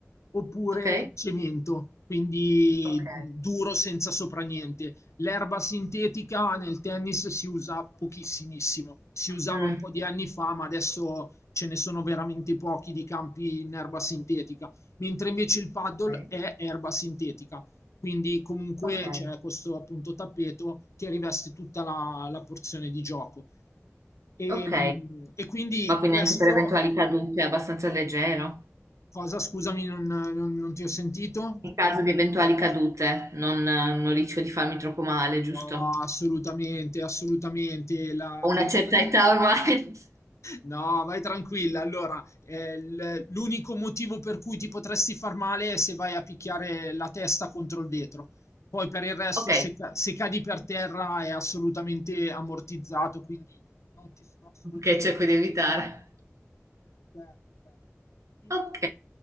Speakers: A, on the left; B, on the right.
A: oppure
B: Ok?
A: cemento, quindi
B: Ok.
A: duro senza sopra niente. L'erba sintetica nel tennis si usa pochissimissimo, si usava
B: Mm.
A: un po' di anni fa, ma adesso ce ne sono veramente pochi di campi in erba sintetica, mentre invece il paddle
B: Ok.
A: è erba sintetica quindi comunque
B: Ok.
A: c'è questo appunto tappeto che riveste tutta la, la porzione di gioco. E,
B: Ok,
A: e quindi
B: ma quindi
A: questo,
B: anche per eventuali cadute è abbastanza leggero.
A: cosa scusami non, non- non ti ho sentito?
B: in caso di eventuali cadute, non, non rischio di farmi troppo male, giusto?
A: No, assolutamente, assolutamente. La,
B: Ho
A: <laughs>
B: una
A: comunque-
B: certa età ormai. <laughs>
A: No, vai tranquilla. Allora, eh, l- l'unico motivo per cui ti potresti far male è se vai a picchiare la testa contro il vetro. Poi per il resto,
B: Ok,
A: se, ca- se cadi per terra è assolutamente ammortizzato, quindi non ci sono assolutamente...
B: ok, cerco di evitare.
A: Certo, certo. E
B: Ok,